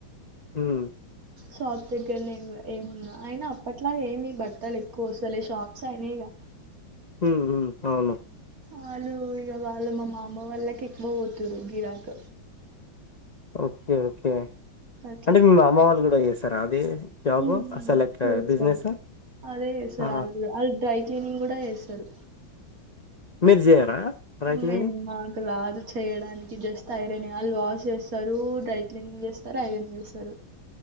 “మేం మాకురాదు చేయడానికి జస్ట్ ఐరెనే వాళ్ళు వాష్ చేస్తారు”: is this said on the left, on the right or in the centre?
Right